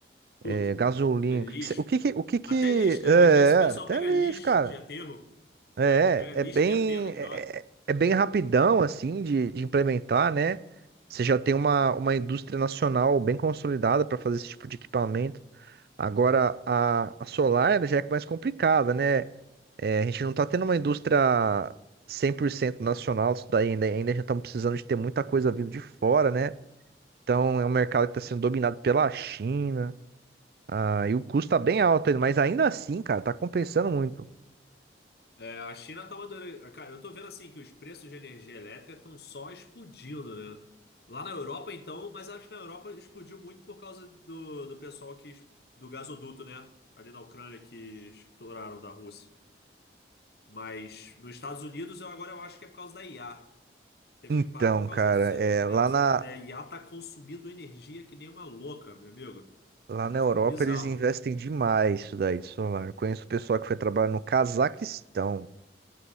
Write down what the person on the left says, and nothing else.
tudo.
É lixo.
Até lixo,
né? Às vezes o pessoal
pega
lixo
de aterro,
eh, pega
lixo
de aterro e
joga.
Aham.
É, a China tá madurando. Ah, Cara, eu tô vendo assim que os preços de energia elétrica estão só explodindo, né? Lá na Europa, então, mas acho que na Europa explodiu muito por causa do, do pessoal que, es- do gasoduto, né? Ali na Ucrânia que estouraram da Rússia. Mas nos Estados Unidos, eu agora eu acho que é por causa da IA. Teve
um impacto por causa
das usinas
de mineração.
De... é, A IA tá consumindo energia que nem uma louca, meu amigo.
Tá
ficando bizarro.